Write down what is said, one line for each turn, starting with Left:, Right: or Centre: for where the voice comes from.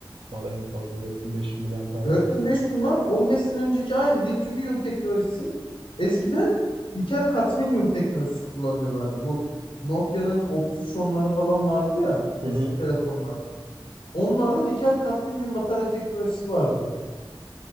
Right: var en fazla 4000 bin beş bin miliamper var.
Left: 4000 5000 var. 15 sene önceki aynı lityum iyon teknolojisi. Eskiden nikel kadmiyum teknolojisi kullanıyorlardı. Bu Nokia'nın otuz üç onları falan vardı ya
Right: Hı
Left: eski
Right: hı.
Left: telefonlar. Onlarda nikel kadmiyum batarya teknolojisi vardı.